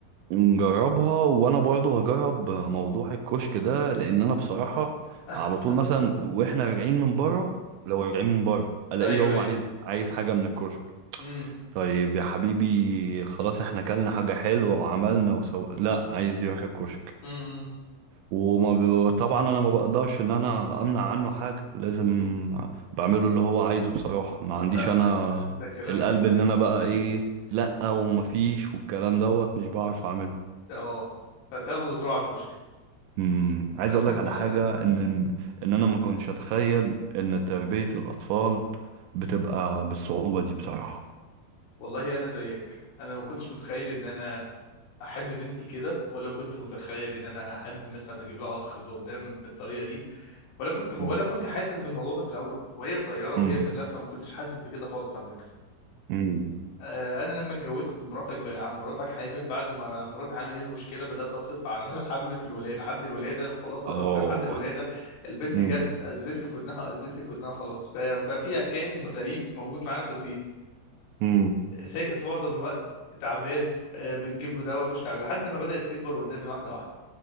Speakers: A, on the right (about 80°); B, on the left (about 85°).
A: نجربها وانا برضو هجرب موضوع الكشك ده لان انا بصراحة
B: <laughs>
A: على طول مثلا واحنا راجعين من بره لو راجعين من بره الاقيه
B: ايوه
A: هو
B: ايوه
A: عايز عايز حاجة من الكشك
B: امم
A: طيب يا حبيبي خلاص احنا كلنا حاجة حلوة وعملنا وسو لا عايز يروح الكشك
B: امم
A: وما ب... طبعا انا ما بقدرش ان انا امنع عنه حاجة لازم
B: امم.
A: بعمله اللي هو عايزه بصراحة ما عنديش
B: فاهمك
A: انا
B: انت كلامك
A: القلب
B: سليم
A: اللي انا بقى ايه لا ومفيش والكلام دوت مش بعرف اعمله
B: اه فتاخده وتروح على الكشك
A: امم عايز
B: <laughs>
A: اقولك على حاجة ان ان إن انا ما كنتش اتخيل ان تربية الاطفال بتبقى بالصعوبة دي بصراحة
B: والله انا زيك انا ما كنتش متخيل ان انا احب بنتي كده ولا كنت متخيل ان انا احب مثلا اجيب لها اخ قدام بالطريقه دي ولا كنت ولا
A: مم.
B: كنت حاسس بالموضوع ده في الاول وهي صغيره وهي
A: مم.
B: في اللفه ما كنتش حاسس بكده خالص على فكره
A: مم.
B: آه، انا لما اتجوزت مراتك بقى مراتك حامل بعد ما مراتي حامل ايه المشكله بدات اصرف على <laughs> الحمل في الولاده لحد الولاده وخلاص صرفت
A: اه
B: لحد الولاده البنت
A: مم.
B: جت اذنت في ودنها اذنت في ودنها خلاص بقى, بقى فيها كائن غريب موجود معانا في البيت
A: مم.
B: ساكت معظم الوقت تعبان آه، بنجيب له دواء مش تعبان لحد ما بدات تكبر قدامي واحده واحده